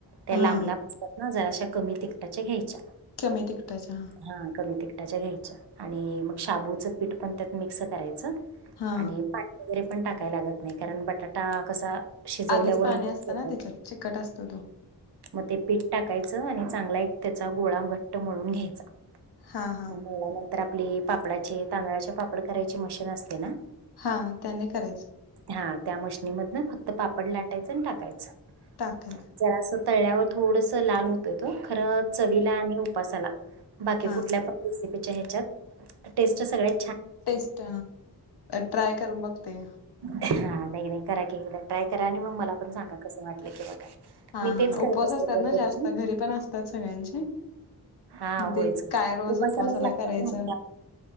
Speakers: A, on the right; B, on the left.
A: त्या लांब
B: हा
A: - लांब त्या ना जरा अशा कमी तिकटाच्या घ्यायच्या.
B: कमी तिकटाच्या हा.
A: हा कमी तिकटाच्या घ्यायच्या. आणि मग शाबूचं पीठ पण त्यात मिक्स करायचं.
B: हा
A: आणि पाणी वगैरे पण टाकाय लागत नाही कारण बटाटा कसा शिजवल्यावर
B: आधीच पाणी
A: <unintelligible>
B: असतं ना त्याच्यात चिकट असतो तो
A: मग ते पीठ टाकायचं आणि चांगला एक त्याचा गोळा घट्ट मळून घ्यायचा.
B: हा हा
A: मग मळल्या नंतर आपली पापडाची तांदळाचे पापड करायची मशीन असते ना.
B: हा त्यांनी करायचं.
A: हा मशनीमधन फक्त पापड लाटायचं टाकायचं.
B: टाकायचं.
A: जरासं तळल्यावर थोडस लाल होतय तो खरं चवीला आणि उपासाला. बाकी
B: हा
A: कुठल्या पण रेसिपीच्या ह्याच्यात टेस्ट सगळ्या
B: टेस्ट ट्राय करून बघते.
A: हा नाही - नाही करा की एकदा ट्राय करा आणि मग मला पण सांगा कसं वाटलं किंवा काय.
B: हा
A: मी तेच
B: -हा
A: करत
B: उपवास
A: असते
B: असतात
A: दरवर्षी
B: ना. जास्त घरी पण असतात सगळ्यांचे.
A: हा
B: मण
A: होयच
B: ते काय रोज
A: उपासालाच
B: उपवासाला
A: लागतात
B: करायचं.
A: ना त्या-